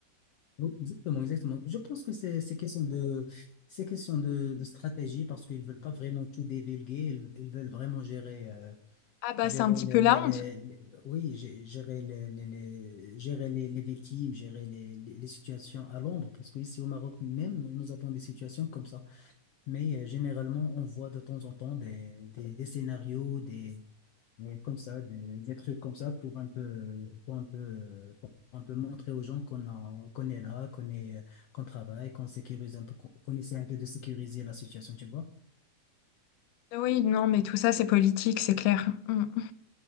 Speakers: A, on the left (about 65°); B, on the left (about 85°).
A: Oui, exactement, exactement. Je pense que c'est, c'est question de, c'est question de, de stratégie parce qu'ils veulent pas vraiment tout divulguer. Ils, ils veulent vraiment gérer, euh,
B: Ah bah
A: gérer
B: c'est un petit
A: les,
B: peu
A: les-
B: la
A: les-
B: honte.
A: les- oui, gé- gérer les, les- les- gérer les, les victimes, gérer les, les, les situations à l'ombre. Parce que ici au Maroc même, nous avons des situations comme ça. Mais euh, généralement, on voit de temps en temps des, des, des scénarios, des, des- comme ça, des, des trucs comme ça pour un peu, pour un peu, euh, pour un peu montrer aux gens qu'on a- qu'on est là, qu'on est, euh, qu'on travaille, qu'on sécurise un peu, qu'on qu'on essaie un peu de sécuriser la situation, tu vois.
B: Ah Oui, non, mais tout ça c'est politique, c'est clair. Mm. mm.